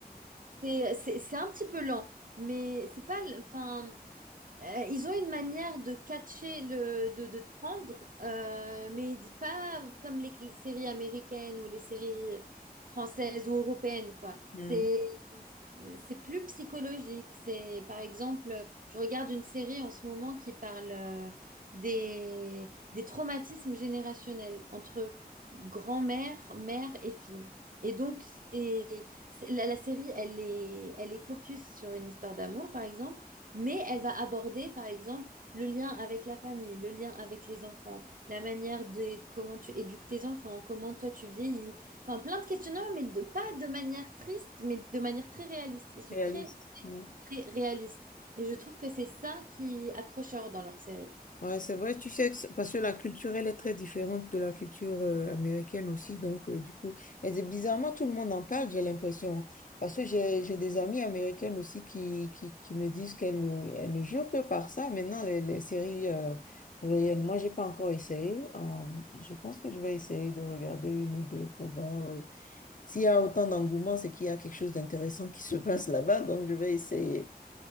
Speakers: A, on the right; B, on the left.
A: c'est, c'est, c'est un petit peu lent, mais c'est pas, l- enfin, Euh, ils ont une manière de catcher le, de, de te prendre, euh, mais d- pas comme les, les séries américaines ou les séries françaises ou européennes, quoi.
B: Mm.
A: C'est, c'est plus psychologique. C'est, par exemple, je regarde une série en ce moment qui parle euh, des, des traumatismes générationnels entre grand-mère, mère et fille. Et donc, et- c'est- la, la série, elle est, elle est focus sur une histoire d'amour, par exemple. Mais elle va aborder, par exemple, le lien avec la famille, le lien avec les enfants, la manière de comment tu éduques tes enfants, comment toi tu vieillis. Enfin, plein de questionnements, mais de, pas de manière triste, mais de manière très réaliste. Ils sont
B: réaliste.
A: très,
B: ouais.
A: très réalistes. Et je trouve que c'est ça qui est accrocheur dans leur série.
B: Ouais, c'est vrai, tu sais, que c'est- parce que la culture, elle est très différente de la culture euh, américaine aussi. Donc, euh, du coup, et c'est- bizarrement, tout le monde en parle, j'ai l'impression. Parce que j'ai j'ai des amies américaines aussi qui, qui, qui me disent qu'elles ne, elles ne jurent que par ça. Maintenant, les, les séries euh, coréennes, moi, j'ai pas encore essayé. Euh, je pense que je vais essayer de regarder une ou deux pour voir. euh, s'il y a autant d'engouement, c'est qu'il y a quelque chose d'intéressant qui se passe là-bas. Donc, je vais essayer.